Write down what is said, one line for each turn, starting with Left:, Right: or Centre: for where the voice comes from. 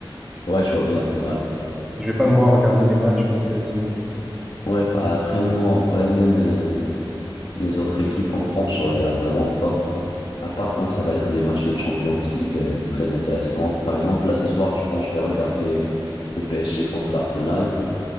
Left: Ouais, je vois bien. Ouais.
Centre: Je vais pas, moi, regarder les matchs de PSG.
Left: Ouais, pa- après, moi, en vrai, même euh, les autres équipes en France, je regarde vraiment pas. À part quand ça va être des matchs de Champions League euh, très intéressants. Par exemple, là, ce soir, je pense que je vais regarder le PSG contre l'Arsenal.